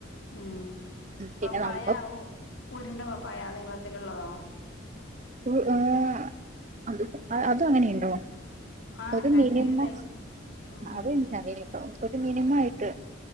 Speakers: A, on the left; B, on the right.
A: ഉം
B: പിന്നെ
A: പപ്പായ
B: നമ്മൾ
A: ഉരുണ്ട പപ്പായ നീളത്തിലുള്ളതോ?
B: ഇഹ്‌ അത് അങ്ങനെയുണ്ടോ?
A: ആഹ്
B: ഒരു
A: രണ്ട്
B: മിനിമം
A: ടൈം ഉം
B: അത് എനിക്കറിയില്ല ട്ടോ ഒരു മിനിമം ആയിട്ട്.